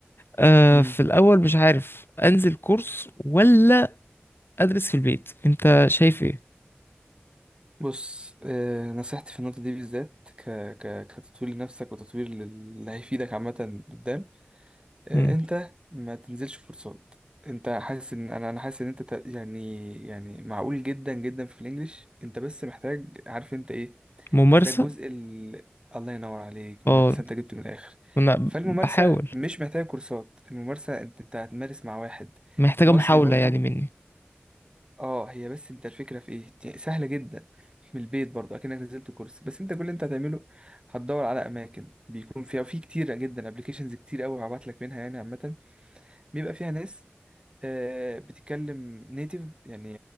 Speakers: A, on the left; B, on the right.
A: آه
B: مم.
A: في الاول مش عارف انزل كورس ولا ادرس في البيت انت شايف ايه
B: بص آه نصيحتي في النقطه دي بالذات ك... ك... كتطوير لنفسك وتطوير لل- اللي هيفيدك عامه قدام آه
A: مم.
B: انت ما تنزلش كورسات انت حاسس ان انا انا حاسس ان انت ت- يعني يعني معقول جدا جدا في الانجليش انت بس محتاج عارف انت ايه
A: ممارسه
B: ده الجزء ال... الله ينور عليك ممارسة
A: اه
B: انت جبت من الاخر
A: انا
B: فالممارسة
A: بحاول
B: مش محتاجة كورسات الممارسة انت انت هتمارس مع واحد
A: محتاجه
B: مصري
A: محاوله
B: برضو
A: يعني مني
B: اه هي بس انت الفكرة في ايه دي سهلة جدا من البيت برضو اكنك نزلت كورس بس انت كل اللي انت هتعمله هتدور على اماكن بيكون فيها في كتير جدا ابلكيشنز كتير قوي هبعت لك منها يعني عامة بيبقى فيها ناس آه، بتتكلم نيتيف يعني